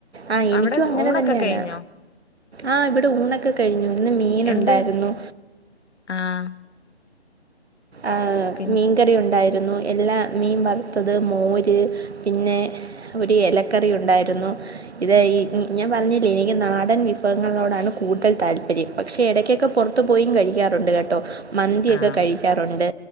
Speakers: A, on the right; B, on the left.
A: ആ എനിക്കും
B: അവിടെ
A: അങ്ങനെ
B: ഊണൊക്കെ
A: തന്നെയാണ്
B: കഴിഞ്ഞോ
A: ആഹ ഇവിടെ ഊണൊക്കെ കഴിഞ്ഞു ഇന്ന് മീൻ
B: എന്ത്
A: ഉണ്ടായിരുന്നു
B: ആഹ്
A: ആഹ്
B: പിൻ
A: മീൻകറി ഉണ്ടായിരുന്നു രുന്നു എല്ലാ മീൻ വറുത്തത് മോര് പിന്നെ ഒരു ഇലക്കറി ഉണ്ടായിരുന്നു ഇത് ഈ ഞാൻ പറഞ്ഞില്ലേ എനിക്ക് നാടൻ വിഭവങ്ങളോടാണ് കൂടുതൽ താല്പര്യം പക്ഷെ ഇടക്കൊക്കെ പുറത്തു പോയും കഴിക്കാറുണ്ട് കേട്ടോ മന്തിയൊക്കെ
B: ആഹ്
A: കഴി ക്കാറുണ്ട്